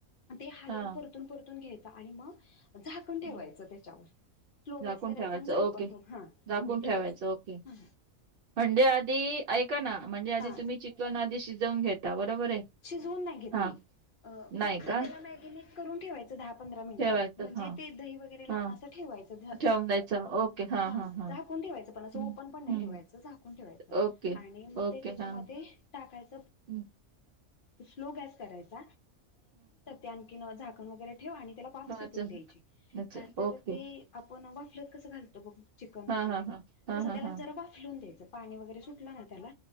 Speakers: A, on the left; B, on the right.
A: ते हलवून
B: हां.
A: परतून परतून घ्यायच आणि मग झाकण ठेवायचं
B: हं.
A: त्याच्यावर स्लो
B: झाकून
A: गॅस करायचा
B: ठेवायचं.
A: आणि झाकण
B: ओके.
A: लो हा
B: झाकून
A: आणि
B: ठेवायचं.
A: त्याला
B: ओके.
A: ह
B: म्हणजे आधी ऐका ना म्हणजे आधी
A: हा
B: तुम्ही चिकवण आधी शिजवून घेता बरोबर आहे?
A: शिजवून नाही घेत
B: हां.
A: मी
B: नाही
A: फक्त
B: का
A: त्याला मॅगिनेट करून ठेवायच पं मिनटे
B: ठेवायचं
A: म्हणजे
B: हा
A: ते दही वगरे लावून
B: हा
A: अस ठेवायच झा
B: ठेवून द्यायचं ओके हा
A: ह
B: हा हा
A: झाकून ठेवायचं पण असं
B: हम्म
A: ओपन पण नाही ठेवायचं झाकून ठेवायचं
B: ओके
A: आणि मग
B: ओके
A: ते त्याच्यामध्ये
B: हा
A: टाकायचं घ
B: हम्म
A: स्ो करार आण ठेव आणि त्याला वाफ
B: ठेवायचं
A: सुटून द्यायची
B: अच्छा.
A: का तर
B: ओके
A: ते आपण वाफलत कसं घालतो बघ चिकन वगैरे
B: हा हा हा हा
A: तसं
B: हा
A: त्याला
B: हा
A: जरा वाफलून द्यायचं पाणी वगैरे सुटलं ना त्याला